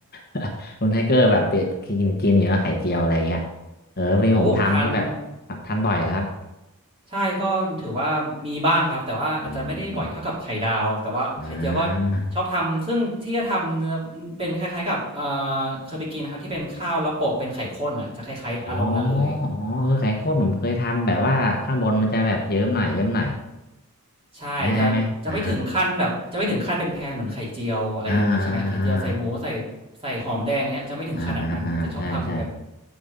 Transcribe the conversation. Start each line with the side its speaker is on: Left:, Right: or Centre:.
Left: <laughs> คุณไทเกอร์แบบเป็ดกินกินอยู่แล้วไข่เจียวอะไรเงี้ยเออพอดีผมทำก็แบบทำทานบ่อยครับ
Right: โอ้ทันใช่ก็ถือว่ามีบ้างครับแต่ว่าอาจจะไม่ได้บ่อยเท่ากับไข่ดาวแต่ว่าไข่เจียวก็
Left: อ่าอ่า
Right: ชอบทำซึ่งที่จะทำจะเป็นคล้ายๆกับเอ่อเคยไปกินไหมครับที่เป็นข้าวแล้วโปะเป็นไข่ข้นอะจะคล้ายๆอารมณ์นั้นเลย
Left: อ๋ออ๋อเออไข่ข้นผมเคยทำแบบว่าข้างบนมันจะแบบเยิ้มหน่อยเยิ้มหน่อย
Right: ใช่จะจะไม่ถึงขั้นแบบจะไม่ถึงขั้นเป็นแพงเหมือนไข่เจียวอะไรอย่างงี้ใช่ไหมไข่เจียวใส่หมูใส่ใส่หอมแดงอย่างเงี้ยจะไม่ถึงขนาดนั้นจะชอบทำแบบ
Left: ได้ไหมอ่าอ่าอ่า อ่าอ่าอ่าใช่ใช่